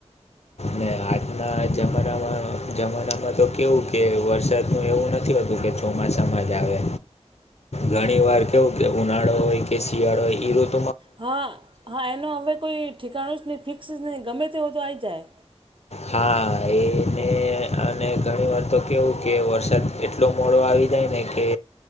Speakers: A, on the left; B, on the right.
A: ને આજના જમાનામાં જમાનામાં તો કેવું કે વરસાદ ન એવું નથી હોતું કે ચોમાસામાં જ આવે ઘણી વાર કેવું કે ઉનાળો હોય કે શિયાળો હોય તો
B: હા, હા એનો હવે કોઈ ઠેકાણું જ નહીં ફિક્સ જ નહીં ગમે તેવ તો આવી જાય.
A: હા એ મે અને ઘણી વાર તો કેવું કે વરસાદ એટલો મોડો આવી જાય ને કે